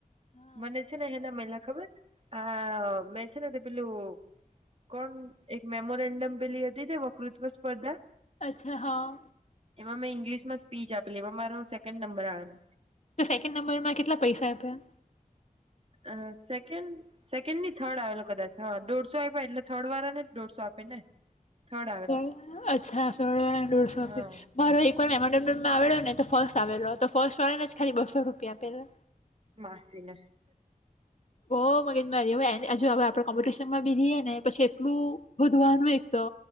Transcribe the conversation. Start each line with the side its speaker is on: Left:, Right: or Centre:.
Left: હા.
Right: મને છે ને એેના મહિલા ખબર આ મેં છે ને પેલું કોણ એક મેમોરેન્ડમ પેલી હતી વકૃત્વ સ્પર્ધા
Left: અચ્છા હા.
Right: એમાં મેં ઇંગ્લિશમાં સ્પીચ આપેલી એ મારો સેકન્ડ નંબર આવેલો
Left: તો સેકન્ડ નંબરમાં કેટલા પૈસા આપ્યા
Right: અ સેકન્ડ સેકન્ડ ની થર્ડ આવેલો કદાચ હ દોઢસો આપ એટલે થર્ડ વાળા ને દોઢસો આપે ને થર્ડ આવેલો
Left: ો અચ્છા સોળવાળને દોરસો આપે
Right: હા
Left: મારો એક એમાં આવે્યો ને તો ફર્સ્ટ આવેલો તો ફર્સ્ટ આવે જ ખાલી બસો રૂપિયા આપેલો
Right: માસીને
Left: ઓ મગનભાઈ હવેજ હવે આપડણે કોમ્પિટશનમાં બીધએ ને પછી એટલું શોધવાનું એક તો